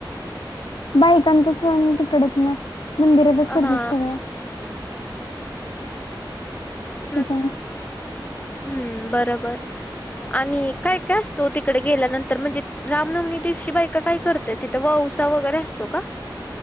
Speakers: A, on the left; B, on the left.
A: बायकांच सण तिकडच ना मंदिरातच करत्यात
B: हा
A: सगळं
B: <inaudible>
A: त्याच्यामुळे
B: हम्म बरोबर आणि काय काय असतो तिकडे गेल्यानंतर म्हणजे रामनवनी दिवशी बाय तिथ काय करत्या तिथं ववसा वगैरे असतो का?